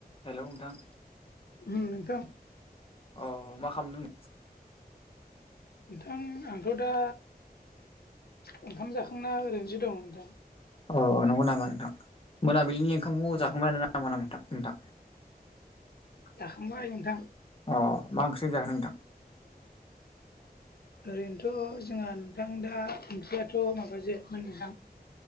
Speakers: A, on the left (about 35°); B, on the left (about 75°).
A: हेलौ नोंथां।
B: उम नोंथां।
A: अ मा खालामदों?
B: नोंथां आंथ' दा ओंखाम जाखांना ओरैनोसो दं नोंथां दा।
A: अ नंगौ नामा नोंथां मोनाबिलिनि ओंखामखौ
B: उम
A: जाखांबाय ना नामा ना नोंथां नोंथां?
B: जाखांबाय नोंथां।
A: अ मा ओंख्रिजों जाखो नोंथां?
B: ओरैनोथ' जोंहा नोंथां दा ओंख्रियाथ' माबासोमोन नोंथां।